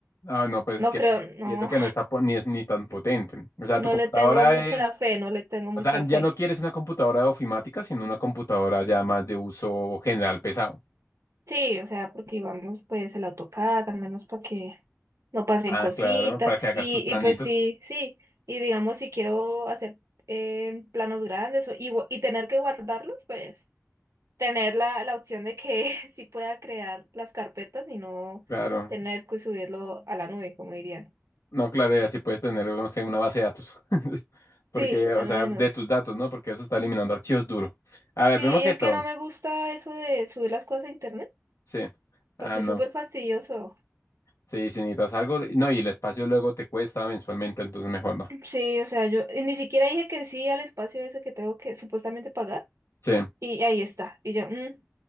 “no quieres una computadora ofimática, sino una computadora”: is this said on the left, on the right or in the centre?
Left